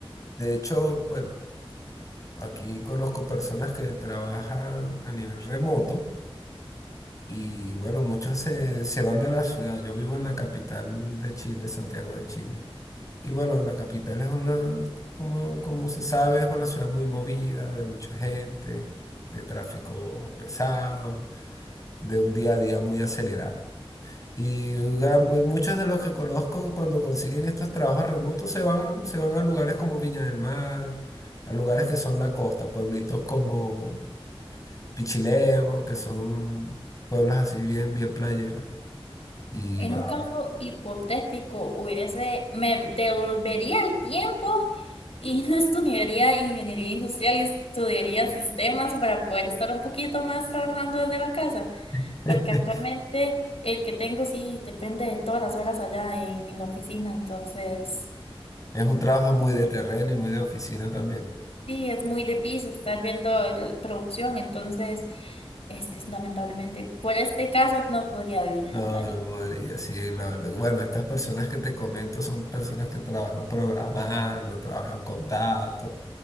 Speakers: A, on the left; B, on the left.
A: De hecho, bueno. Aquí conozco personas que trabajan a nivel remoto y bueno, muchos se, se van de la ciudad. Yo vivo en la capital de Chile, Santiago de Chile. Y bueno, la capital es una, como, como se sabe, es una ciudad muy movida, de mucha gente, de tráfico pesado, de un día a día muy acelerado. Y gran- pues, muchos de los que conozco cuando consiguen estos trabajos remotos se van, se van a lugares como Viña del Mar a lugares que son la costa, pueblitos como, Pichilemu, que son pueblos así bien, bien playeros. Y
B: En
A: wow,
B: un caso hipotético, hubiese, me devolvería el tiempo y no estudiaría ingeniería industrial y estudiaría sistemas para poder estar un poquito más trabajando desde la casa.
A: <laughs>
B: Porque
A: es
B: actualmente el que tengo sí depende de todas las horas allá en la oficina, entonces
A: un trabajo muy de terreno y muy de oficina también.
B: sí, es muy de piso estar viendo el- producción, entonces este es lamentablemente, por este caso no podría vivir en
A: No,
B: la playa.
A: no podría, sí, la- la- Bueno, estas personas que te comento son personas que trabajan programando, trabajan con datos,